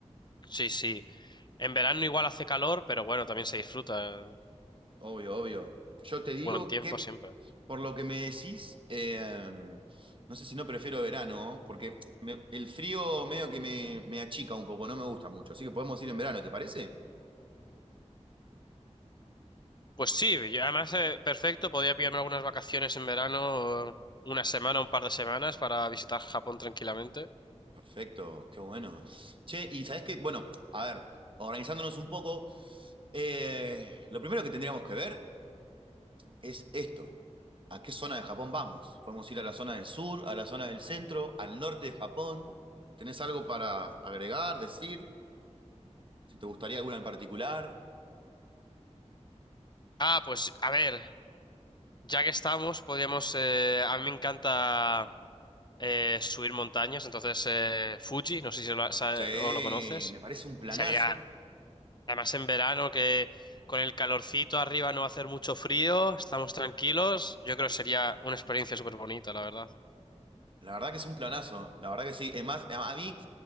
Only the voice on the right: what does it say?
Obvio, obvio. Yo te digo
que
por lo que me decís, eh, no sé si no prefiero verano, ¿no? porque me- el frío medio que me, me achica un poco, no me gusta mucho. Así que podemos ir en verano, ¿te parece?
Perfecto, qué bueno. Che, y sabés que, bueno, a ver, organizándonos un poco, eh, lo primero que tendríamos que ver es esto. ¿A qué zona de Japón vamos? Podemos ir a la zona del sur, a la zona del centro, al norte de Japón. ¿Tenés algo para agregar, decir? Si te gustaría alguna en particular.
Sí,
me parece un planazo.
La verdad que es un planazo, la verdad que sí. Además, a, a mí,